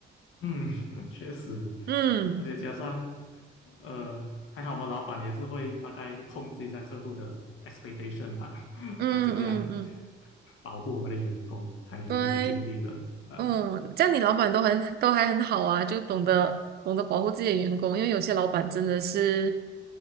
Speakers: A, on the left; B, on the right.
A: 嗯，<laughs> 确实，
B: 嗯
A: 而且加上，呃，还好我们老板也是会大概控制一下客户的 expectation 吧，<laughs>
B: 嗯嗯嗯，
A: 他尽量保护我们的员工，还也是尽力了啊。
B: 对。嗯，这样你老板都很都还很好啊，就懂得懂得保护自己的员工，因为有些老板真的是